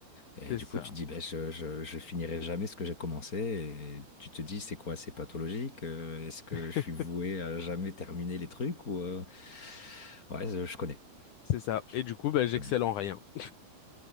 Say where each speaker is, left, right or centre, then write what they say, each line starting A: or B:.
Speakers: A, on the left; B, on the left.
A: Et
B: C'est
A: du
B: ça.
A: coup, tu te dis, bah, je, je, je finirai jamais ce que j'ai commencé, et tu te dis, c'est quoi, c'est pathologique? Euh, Est-ce que
B: <laughs>
A: je suis voué à jamais terminer les trucs, ou, euh, ouais, je je connais.
B: C'est ça.
A: Je
B: Et du coup, bah, j'excelle
A: connais.
B: en rien. <laughs>